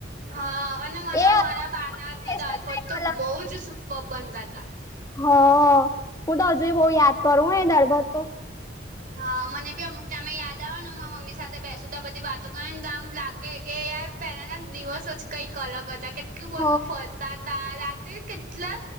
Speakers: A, on the right (about 45°); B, on the left (about 20°).
A: હા. અને મને
B: એ
A: મારા બાના
B: ટેસ્ટ
A: હાથના દાળ-ભાત
B: જ કંઈક
A: તો બહુ જ સુપર્બ બનતા તા.
B: હા. હું તો હજુંય બહુ યાદ કરું હો એ દાળ-ભાત તો.
A: હા. મને બી અમુક ટાઈમે યાદ આવે ને, મારા મમ્મી સાથે બેસું, તો આ બધી વાતો કરુંને તો આમ લાગે, કે યાર પહેલાના દિવસો જ કંઈક અલગ હતા. કેટલું બધું
B: હ
A: ફરતા તા. રાતેઈ કેટલા